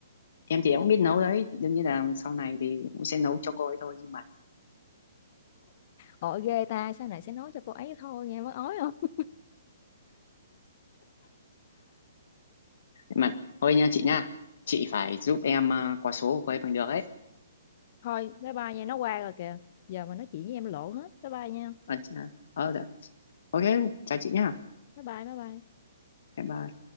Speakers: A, on the left (about 65°); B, on the left (about 45°).
A: Em thì em cũng biết nấu đấy, đương nhiên là sau này thì cũng sẽ nấu cho cô ấy thôi. Nhưng mà,
B: ôi ghê ta sau này sẽ nói cho cô ấy thôi nghe mới ói không
A: mà thôi nha chị nha, chị phải giúp em à, qua số của cô ấy bằng được ấy.
B: thôi bye bye nha nó qua rồi kìa giờ mà nói chuyện với em lộ hết bye bye nha
A: À, chị, à, ờ, dạ. ok, chào chị nha,
B: bye bye bye bye
A: bye bye.